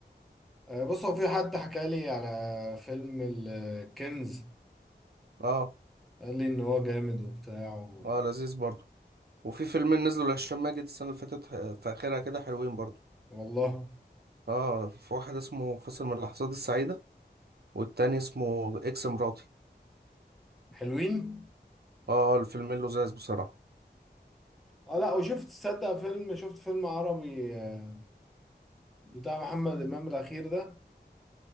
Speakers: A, in the centre; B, on the right (about 65°).
A: آه، بص هو في حد حكى لي على فيلم الكنز
B: اه
A: قال لي ان هو جامد وبتاع و-
B: اه لذيذ برضه وفي فيلمين نزلوا لهشام ماجد السنة اللي فاتت آه، في اخرها كده حلوين برضه
A: والله
B: اه في واحد اسمه فاصل من اللحظات السعيدة والتاني اسمه اكس مراتي
A: حلوين
B: اه الفيلمين لذاذ بصراحة
A: اه لا وشفت تصدق فيلم شفت فيلم عربي آه، بتاع محمد امام الاخير ده